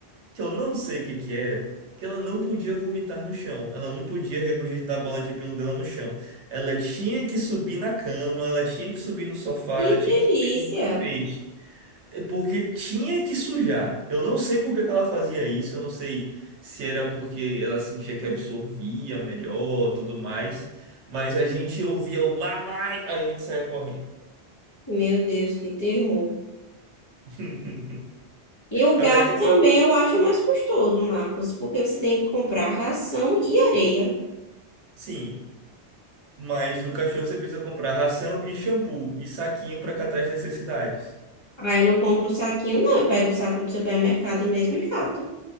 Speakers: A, on the right (about 80°); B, on the left (about 30°).
A: que eu não sei o que que era, que ela não podia vomitar no chão, ela não podia regurgitar a bola de pelo dela no chão. Ela tinha que subir na cama, ela tinha que subir no sofá,
B: Que
A: ela tinha
B: delícia!
A: que subir no tapete. É Porque tinha que sujar. Eu não sei por que que ela fazia isso, eu não sei se era porque ela sentia que absorvia melhor, tudo mais. Mas a gente ouvia o mamãe, aí a gente saía correndo.
B: Meu Deus, que terror.
A: <laughs>
B: E o
A: Aí
B: gato
A: vai dizer,
B: também
A: que
B: eu acho mais custoso, Marcos, porque você tem que comprar ração e areia.
A: sim. Mas do cachorro você precisa comprar ração e shampoo e saquinho para catar as necessidades.
B: Ah, eu não compro o saquinho, não. Eu pego o saco de supermercado mesmo e gato.